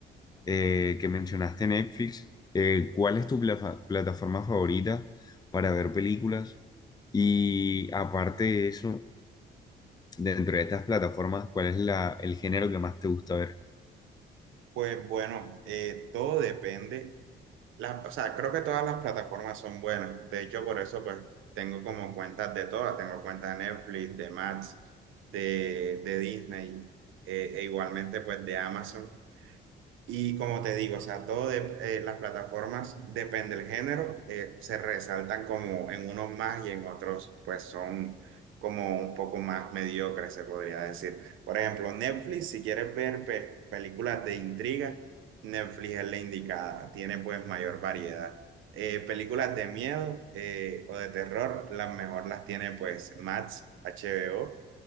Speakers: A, on the left; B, on the right.
A: eh, que mencionaste Netflix, eh, ¿cuál es tu plafa- plataforma favorita para ver películas? Y aparte de eso, dentro de estas plataformas, ¿cuál es la, el género que más te gusta ver?
B: Pues bueno, eh, todo depende. La- o sea, creo que todas las plataformas son buenas. De hecho, por eso pues tengo como cuentas de todas. Tengo cuentas de Netflix, de Max, de, de Disney, eh, e igualmente pues de Amazon. Y como te digo, o sea, todo de, eh, las plataformas depende del género, eh, se resaltan como en unos más y en otros pues son como un poco más mediocres, se podría decir. Por ejemplo, Netflix, si quieres ver pe- películas de intriga, Netflix es la indicada, tiene pues mayor variedad. Eh, películas de miedo eh, o de terror, las mejor las tiene pues Max, HBO.